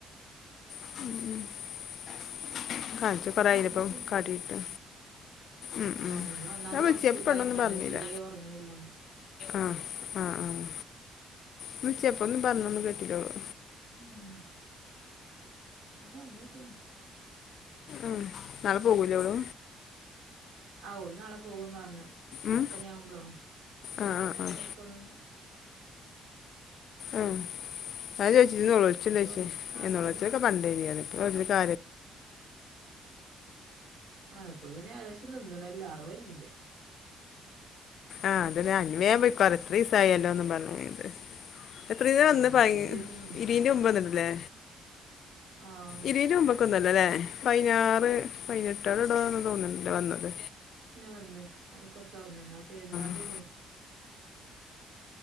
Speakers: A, on the right; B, on the left.
A: ഉം.
B: <unintelligible>
A: അപ്പൊ
B: ഇപ്പം
A: പറഞ്ഞേട്ടീനി
B: കാട്ടീട്ട് ഉം
A: ആ
B: ഉം
A: പിന്നെ ഒന്നാമത്
B: ഞാൻ വിൾച്ചെ
A: ഉറക്കില്ലാഞ്ഞിട്ടാണ്
B: പ്പ ണ്ടൊന്നും പർഞ്ഞില്ല.
A: തീരെ ഉറങ്ങണില്ലാന്ന്
B: ആഹ് ആഹ് ആഹ് വുൾച്ചപ്പം ഒന്നും പർഞ്ഞന്ന് കേട്ടീല ഓള്
A: ഉം അത് പർഞ്ഞേട്ടീനി
B: ഉം നാളെ പോകൂലെ ഓള്
A: ആഹ് ഓള് നാളെ പോകും പർഞ്ഞ് പത്തണി
B: ഉം
A: ആവ്മ്പളോ
B: ആ ആ
A: പത്തണിക്കോന്ന്ണ്ട്.
B: ആ ആഹ് അഹ് ചോച്ചിന്ന് ന്നൊളൊള്ളിച്ണ്ടോയ്ച്
A: ഇജ്ജ് പോണില്ലേ
B: ണ്ട
A: നാപ്പത്
B: ചോച്ചേ നൊളോള്ച്ചൊക്കെ പണ്ടേഞ്ഞ് ഞാന് ഇപ്പ ചോയിച്ചിട്ട്
A: ആ
B: കാര്യ
A: ആഹ് ഇപ്പൊ പിന്നെ ഏകദേശം നിന്ന്ണല്ലോ അർവയ്ഞ്ഞില്ലെ
B: ആഹ് അതന്നെ അങ്ങനെയാവ്മ്പൊ ഇപ്പ ർഞ്ഞ്‌ ഇത്രീസായല്ലോന്നും പർഞ്ഞിട്ട് <unintelligible>
A: ആഹ് ഇത്രയും ദിവസം നിന്നീല്ലേ
B: ഇതീന്റെ മുമ്പ് വന്ന്ട്ടില്ലേ
A: ആഹ്
B: ഇര്വീൻ്റെ മുമ്പൊക്ക വന്നല്ലോ ല്ലേ പയ്നാറ് പയ്നെ ട്ടോടോടോ തോന്ന്ണ്ട്‌ വന്നത്.
A: പിന്നെ വന്നിണ് അടുക്കപ്ളൊ വന്ന്ണ് ആ പെരുന്നാന്റെ
B: ആ
A: മുന്